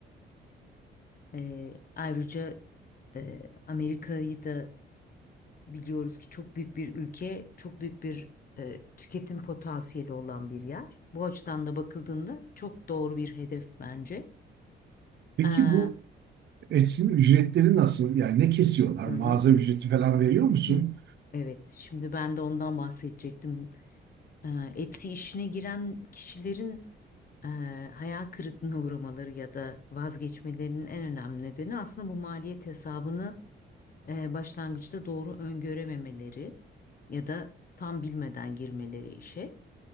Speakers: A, on the left; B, on the right.
A: Ee, ayrıca e, Amerika'yı da biliyoruz ki çok büyük bir ülke, çok büyük bir e, tüketim potansiyeli olan bir yer. Bu açıdan da bakıldığında çok doğru bir hedef bence.
B: Peki
A: Ee, hı
B: bu Etsy'nin ücretleri nasıl? Yani ne kesiyorlar?
A: hı.
B: Mağaza ücreti falan veriyor musun?
A: <clears throat> Hı. Evet, şimdi ben de ondan bahsedecektim. Ee, Etsy işine giren kişilerin e, hayal kırıklığına <laughs> uğramaları ya da vazgeçmelerinin en önemli nedeni aslında bu maliyet hesabını e, başlangıçta doğru öngörememeleri ya da tam bilmeden girmeleri işe.